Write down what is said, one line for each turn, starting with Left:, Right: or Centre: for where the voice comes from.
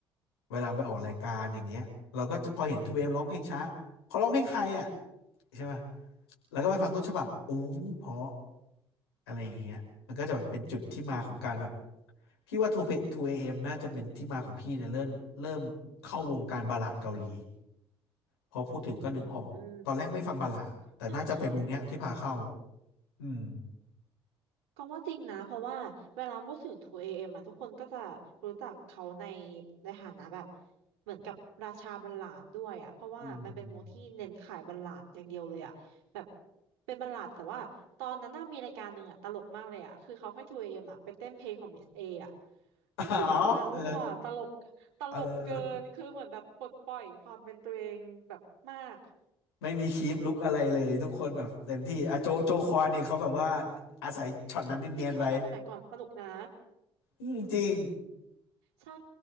Left: เวลาไปออกรายการอย่างเงี้ยเราก็จะพอเห็นทูเอมร้องเพลงช้าเขาร้องเพลงใครอ่ะใช่ป่ะแล้วก็ไปฟังต้นฉบับอู้เพราะอะไรอย่างเงี้ยมันก็จะแบบเป็นจุดที่มาของการแบบพี่ว่าทูเอ a m น่าจะเป็นที่มาของพี่เนี่ยเริ่มเริ่มเข้าวงการบัลลาดเกาหลีพอพูดถึงก็นึกออกตอนแรกไม่ฟังบัลลาดแต่น่าจะเป็นวงเนี้ยที่พาเข้า
Right: อืมใช่ใช่
Left: อืม
Right: ก็ว่าจริงนะเพราะว่าเวลาพูดถึง 2AM อเอ็มอะทุกคนก็จะรู้จักเขาในในฐานะแบบเหมือนกับราชาบัลลาดด้วยอะเพราะว่ามันเป็นวงที่เน้นขายบัลลาดอย่างเดียวเลยอะแบบ
Left: อืม
Right: เป็นบัลลาดแต่ว่าตอนนั้นน่ามีรายการหนึ่งอะตลกมากเลยอะคือเขาให้ 2AM อเอ็มอะไปเต้นเพลงของมิสเออะ
Left: <laughs>
Right: ก็คือแบบจะรั่วตลกตลกเกินคือเหมือนแบบปลดปล่อยความเป็นตัวเองแบบมาก
Left: อ๋อเออเออ ไม่มีคีปลุกอะไรเลยทุกคนแบบเต็มที่อะโจโจคอนนี่เขาแบบว่าอาศัยช็อตนั้นเนียนๆไว้
Right: จริงๆรายการสมัยก่อนสนุกนะ
Left: อืมจริง
Right: ใช่